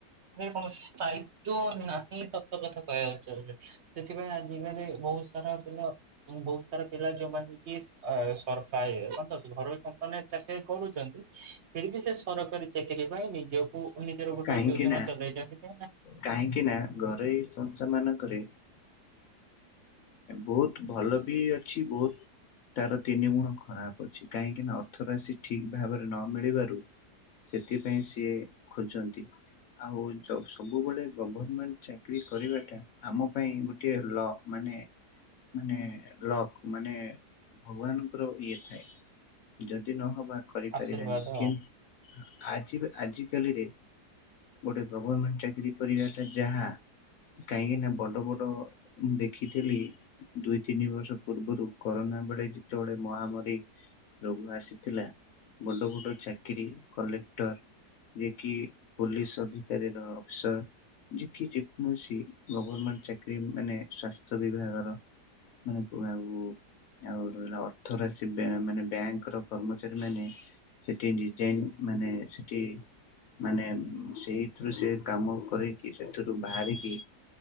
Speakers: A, on the right (about 60°); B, on the left (about 65°).
A: ସେ କଣ ସ୍ଥାୟିତ୍ଵ ନାହିଁ ସତ କଥା କହିବାକୁ ଗଲେ। ସେଥିପାଇଁ ଆଜିକାଲି ବହୁତ ସାରା ପିଲା ବହୁତ ସାରା ପିଲା ଯୋଉମାନେ କି ଏ ସରଫାଇ ହ, ଘରୋଇ କମ୍ପାନୀ ରେ ଚାକିରି କରୁଛନ୍ତି। ଫିର୍ ବି ସେ ସରକାରୀ ଚାକିରି ପାଇଁ। ନିଜକୁ ନିଜର ଗୋଟେ
B: କାହିଁକି
A: ଯୋଜନା
B: ନା
A: ଚଲେଇଛନ୍ତି ଯେ
B: କାହିଁକି ନା, ଘରୋଇ ସଂସ୍ଥା ମାନଙ୍କରେ ବହୁତ ଭଲ ବି ଅଛି। ବହୁତ ତାର ତିନି ଗୁଣ ଖରାପ ଅଛି। କାହିଁକି ନା ଅର୍ଥ ରାଶି ଠିକ ଭାବରେ ନ ମିଳିବାରୁ ସେଥିପାଇଁ ସିଏ ଖୋଜନ ନ୍ତି, ଆଉ ସବୁବେଳେ ଗଭର୍ଣ୍ଣମେଣ୍ଟ ଚାକିରି କରିବାଟା ଆମ ପାଇଁ ଗୋଟେ ଲ ମାନେ ମାନେ ଲକ୍ ମାନେ ଭଗବାନଙ୍କର ଇଏ ଥାଏ। ଯଦି ନହବା କରିପାରିବାନି।
A: ଆଶୀର୍ବାଦ
B: କିନ୍ତୁ
A: ଆଉ
B: ଆଜି ଆଜିକାଲିରେ ଗୋଟେ ଗଭର୍ଣମେଣ୍ଟ ଚାକିରୀ କରିବାଟା ଯାହା କାହିଁକି ନା ବଡ ବଡ ମୁଁ ଦେଖିଥିଲି। ଦୁଇ ତିନି ବର୍ଷ ପୂର୍ବରୁ କରୋନା ବେଳେ ଯେତେବେଳେ ମହାମାରୀ ରୋଗ ଆସିଥିଲା। ବଡ ବଡ ଚାକିରୀ କଲେକ୍ଟର ଯେ କି ପୋଲିସ ଅଧିକାରୀର ଅଫିସର। ଯେ କି ଯେକୌଣସି ଗଭର୍ମେଣ୍ଟ ଚାକିରୀ ମାନେ ସ୍ୱାସ୍ଥ୍ୟ ବିଭାଗର। ମାନେ କୁ ଆଉ ଆଉ ର ଅର୍ଥ ରାଶି ମାନ ବ୍ୟାମ ମାନେ ବ୍ୟାଙ୍କ ର କର୍ମଚାରୀ ମାନେ ସେଠି ଡିଜାଇନ୍ ମାନେ ସେଠି ମାନେ ସେଇଥିରୁ ସେ କାମ କରିକି। ସେଥିରୁ ବାହାରିକି